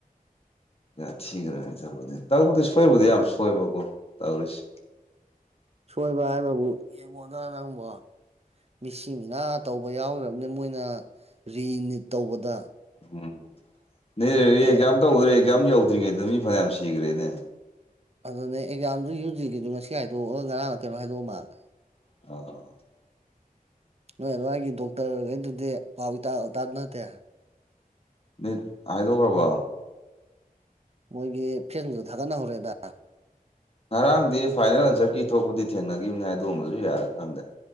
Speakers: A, on the left (about 40°); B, on the right (about 45°).
A: ꯌꯥ ꯊꯤꯈ꯭ꯔꯅꯤ ꯇꯕꯅꯦ ꯇꯧꯕꯗꯤ ꯁꯣꯏꯕꯨꯗꯤ ꯌꯥꯝ ꯁꯣꯏꯕꯀꯣ ꯇꯧꯔꯤꯁꯦ
B: ꯁꯣꯏꯕ ꯍꯥꯏꯕꯕꯨ ꯌꯦꯡꯉꯣꯗ꯭ꯔꯥ ꯅꯪꯕꯣ ꯃꯤꯁꯤ ꯃꯤꯅꯥ ꯇꯧꯕ ꯌꯥꯎꯈ꯭ꯔꯕꯅꯤ ꯃꯣꯏꯅ ꯔꯤꯅꯤꯠ ꯇꯧꯕꯗ
A: ꯎꯝ ꯅ
B: ꯀꯔꯤ
A: ꯑꯦꯛꯖꯥꯝ ꯇꯧꯗ꯭ꯔꯦ ꯑꯦꯛꯖꯥꯝ ꯌꯧꯗ꯭ꯔꯤꯉꯩꯗ ꯃꯤ ꯐꯅꯌꯥꯝ ꯁꯤꯈ꯭ꯔꯦꯅꯦ
B: ꯑꯗꯨꯅꯦ ꯑꯦꯛꯖꯥꯝꯗꯨ ꯌꯨ ꯖꯤꯒꯤꯗꯨ ꯉ ꯍꯥꯏꯗꯣꯛꯑꯒ ꯉꯔꯥꯡꯅ ꯀꯩꯅꯣ ꯍꯥꯏꯗꯣꯛꯑ ꯃꯥꯜꯂꯦ
A: ꯑ
B: ꯅꯣꯏ ꯑꯗꯨꯋꯥꯏꯒꯤ ꯗꯣꯛꯇꯔꯈꯩꯗꯨꯗꯤ ꯄꯥꯎ ꯇ ꯇꯥꯗ ꯅꯠꯇꯦ
A: ꯅꯠ ꯍꯥꯏꯗꯣꯛꯈ꯭ꯔꯕꯣ
B: ꯃꯣꯏꯒꯤ ꯐꯦꯟꯗꯨꯣ ꯊꯥꯒꯠꯅꯍꯧꯔꯦꯗ
A: ꯉꯔꯥꯡꯗꯤ ꯐꯥꯏꯅꯦꯜ ꯑꯟꯁꯔꯒꯤꯤ ꯊꯣꯛꯄꯗꯤ ꯊꯦꯡꯅꯈꯤꯕꯅꯦ ꯑꯗꯨꯒꯨꯝꯕꯁꯨ ꯌꯥꯔꯦ ꯈꯪꯗꯦ